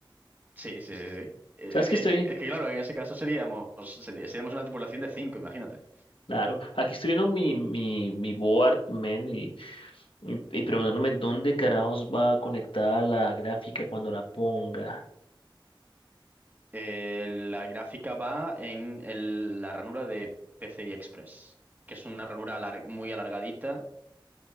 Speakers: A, on the right; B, on the left.
A: Sí, sí, sí, sí. Eh,
B: ¿Sabes
A: Es que,
B: qué estoy?
A: es que claro, en ese caso seríamos, seri- seríamos una tripulación de cinco, imagínate.
B: Claro, aquí estoy viendo mi, mi, mi board, man, y, y, y preguntándome dónde carajos va conectada la gráfica cuando la ponga.
A: Eh, la gráfica va en el- la ranura de PCI Express, que es una ranura alar- muy alargadita.